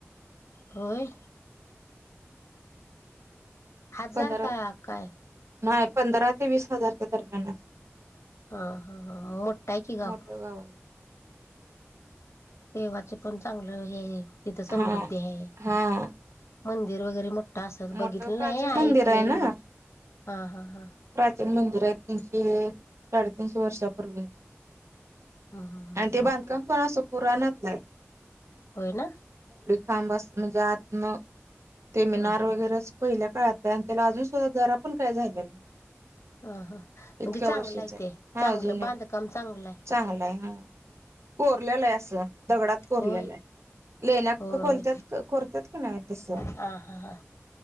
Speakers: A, on the left (about 65°); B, on the right (about 70°).
A: होय. हजार
B: पंधरा
A: का काय?
B: नाही पंधरा ते वीस हजारच्या दरम्यान.
A: हा हा हा मोठाय कि गावं.
B: मोठं गाव आहे
A: देवाच पण चांगलं हे तिथं समृद्धी
B: हा
A: आहे.
B: हा
A: मंदिर वगैरे मोठा असल
B: मोठं
A: बघितलं
B: प्राचीन
A: नाही
B: मंदिर
A: ऐकलंय
B: आहे ना
A: मी, हा हा. हा
B: प्राचीन मंदिर आहे तीनशे साडेतीनशे वर्षापूर्वी.
A: ह
B: आणि ते
A: ह
B: बांधकाम पण असं पुराणतलाय.
A: होय ना.
B: खांब म्हणजे आतन ते मिनार
A: ह
B: वगैरेच पहिल्या काळातलं आणि त्याला अजून सुद्धा जरा पण काय झाले नाही.
A: ह ह म्हणजे
B: इतक्या
A: चांगलं
B: वर्षीच आहे
A: ते
B: हा
A: चांगलं
B: जुन्या
A: बांधकाम चांगलं आहे
B: चांगला आहे हा. कोरलेलंय असं दगडात कोरलेलंय.
A: होय
B: लेण्या
A: होय
B: कोनत्यात कोरतात कि नाही तसं.
A: हा हा हा